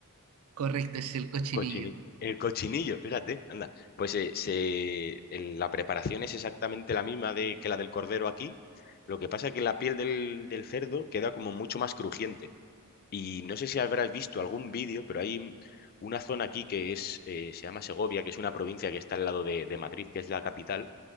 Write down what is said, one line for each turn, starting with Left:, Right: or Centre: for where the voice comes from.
Right: correcto, es el cochinillo.
Left: Cochini- el cochinillo, fíjate, anda. Pues eh, se- el- la preparación es exactamente la misma de, que la del cordero aquí. Lo que pasa es que la piel del, del cerdo queda como mucho más crujiente. Y no sé si habrás visto algún vídeo, pero hay un- una zona aquí que es, eh, se llama Segovia, que es una provincia que está al lado de, de Madrid, que es la capital,